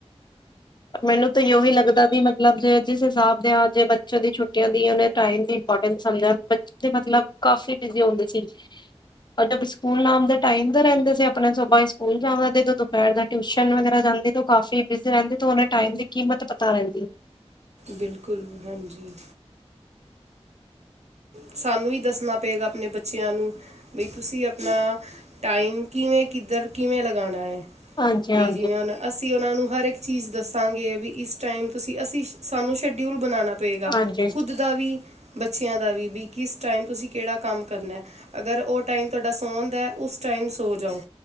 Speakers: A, on the left; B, on the right.
A: ਮੈਨੂੰ ਤਾਂ ਯੋਹੀ ਲੱਗਦਾ ਵੀ ਮਤਲਬ ਜੇ ਜਿਸ ਹਿਸਾਬ ਦੇ ਆਜੇ ਬੱਚਿਆਂ ਦੀ ਛੁੱਟੀਆਂ ਦਾ ਟਾਈਮ ਵੀ <unintelligible> ਕਾਫੀ ਬਿਜੀ ਹੁੰਦੇ ਸੀ। ਤੁਹਾਡਾ ਵੀ ਸਕੂਲ ਨਾਮ ਦਾ ਟਾਈਮ ਦਾ ਰਹਿੰਦੇ ਸੀ। ਆਪਣੇ ਸੁਭਾ ਹੀ ਸਕੂਲ ਜਾਵਾਂ ਤੇ ਤੇ ਦੁਪਹਿਰ ਦਾ ਟਿਊਸ਼ਨ ਵਗੈਰਾ ਜਾਂਦੇ ਤੋਂ ਕਾਫੀ ਬਿਜੀ ਰਹਿੰਦੀ ਤਾਂ ਉਹਨੂੰ ਟਾਈਮ ਦੀ ਕੀਮਤ ਪਤਾ ਰਹਿੰਦੀ
B: ਬਿਲਕੁਲ ਹਾਂਜੀ ਸਾਨੂੰ ਹੀ ਦੱਸਣਾ ਪਏਗਾ ਆਪਣੇ ਬੱਚੇ ਬੱਚਿਆਂ ਨੂੰ ਬਈ ਤੁਸੀਂ ਆਪਣਾ ਟਾਈਮ ਕਿਵੇਂ ਕਿੱਧਰ ਕਿਵੇਂ ਲਗਾਣਾ
A: ਹਾਂਜੀ
B: ਵੀ
A: ਹਾਂਜੀ
B: ਜਿਵੇਂ ਹੁਣ ਅਸੀਂ ਉਹਨਾ ਨੂੰ ਹਰ ਇੱਕ ਚੀਜ਼ ਦੱਸਾਂਗੇ ਵੀ ਇਸ ਟਾਈਮ ਤੁਸੀਂ ਅਸੀਂ ਸਾਨੂੰ ਸ਼ਡਿਊਲ ਬਣਾਣਾ ਪਏਗਾ
A: ਹਾਂਜੀ
B: ਖੁੱਦ ਦਾ ਵੀ ਬੱਚਿਆਂ ਦਾ ਵੀ ਵੀ ਕਿਸ ਟਾਈਮ ਤੁਸੀਂ ਕਿਹੜਾ ਕੰਮ ਕਰਨਾ ਅਗਰ ਉਹ ਟਾਈਮ ਤੁਹਾਡਾ ਸੌਣਦਾ ਉਸ ਟਾਈਮ ਸੌ ਜਾਓ।